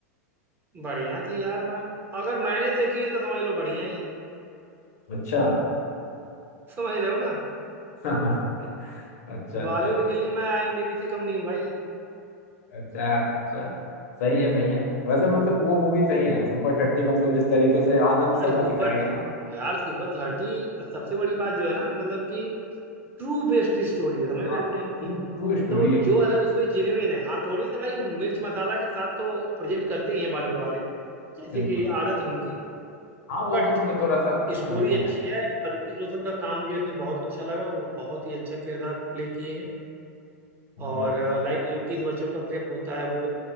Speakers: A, on the right; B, on the left.
A: बढ़िया थी यार मैम अगर मैंने देखी है तो समझ लो बढ़िया ही है
B: अच्छा
A: समझ रहे हो ना
B: <laughs> अच्छा अच्छा
A: बॉलीवुड के लिए मैं आईएमडीबी से कम नहीं हूँ भाई
B: अच्छा अच्छा सही है सही है वैसे मतलब वो मूवी सही है सुपर थर्टी मतलब जिस तरीके से आनंद सर
A: भाई सुपर
B: का दिखाया गया
A: थ-
B: ना
A: यार सुपर थर्टी सबसे बड़ी बात जो है ना मतलब कि ट्रू बेस्ड स्टोरी है समझ
B: हाँ
A: रहे हो कि नहीं
B: ट्रू
A: मतलब
B: ट्रू स्टोरी
A: वो
B: है
A: जो है उसमें जेन्युइन है हाँ थोड़ी सी भाई मिर्च मसाला के साथ तो प्रेजेंट करते ही हैं बॉलीवुड वाले जैसे
B: बिल्कुल
A: कि आदत है उनकी
B: हाँ वो
A: बट
B: तो मतलब थोड़ा सा
A: स्टोरी
B: करते हैं
A: अच्छी है और ऋतिक रोशन का काम मुझे इसमें बहुत अच्छा लगा वो बहुत ही अच्छा किरदार प्ले किए हैं
B: हम्म
A: और लाइक जो तीस बच्चों का प्रेप होता है वो